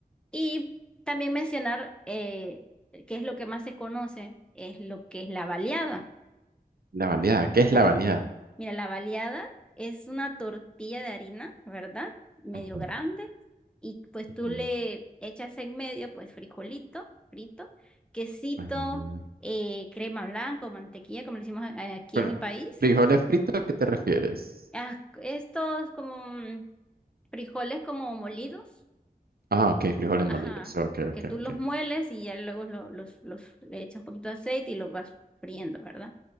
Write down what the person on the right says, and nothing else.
La baleada, ¿qué es
la baleada?
Ujú,
ujú,
ujú.
Bueno,
frijoles fritos, ¿a qué te refieres?
Ah, ok, frijoles
molidos. Ok,
ok,
ok.